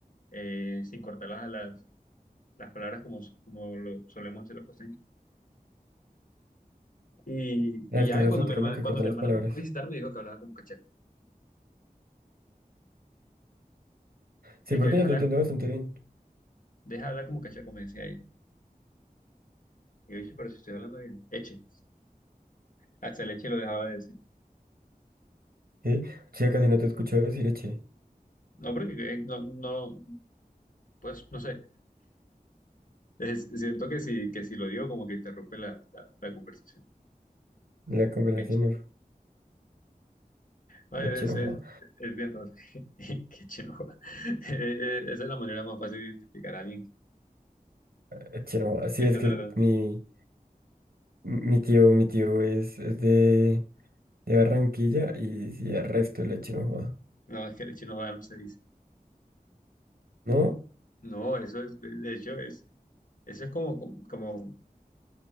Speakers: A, on the left; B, on the right.
A: eh, sin cortar las, alas las palabras como, so- como lo solemos hacer los costeños. Y,
B: Es
A: y ya,
B: que esa
A: y cuando
B: es otra,
A: mi hermana,
B: ¿no? Que
A: cuando
B: cortan
A: mi hermana
B: las palabras.
A: me fue a visitar, me dijo que hablaba como cachaco.
B: Sí,
A: Me dijo
B: porque
A: que deja
B: yo
A: hablar,
B: te entiendo bastante bien.
A: deja hablar como cachaco, me decía ella. Y yo dije, pero si estoy hablando bien, eche. Hasta el eche lo dejaba de decir.
B: Sí, ya casi no te escucho decir eche.
A: No, porque que- no, no, pues no sé. Es- siento que si, que si lo digo, como que interrumpe la, la, la conversación.
B: en La conversación
A: Eche.
B: no.
A: No,
B: Eche
A: Es,
B: no
A: es,
B: joda.
A: es bien raro. <laughs> Qué chino. <laughs> Eh, eh, Esa es la manera más fácil de identificar a alguien que,
B: Eche no joda. Sí,
A: que
B: es
A: está
B: que
A: tratando.
B: mi, mi tío, mi tío es, es de, de Barranquilla y sí, el resto el eche no joda.
A: No, es que el eche no va, no se dice.
B: ¿No?
A: No, eso es, de de hecho, es, eso es como, como,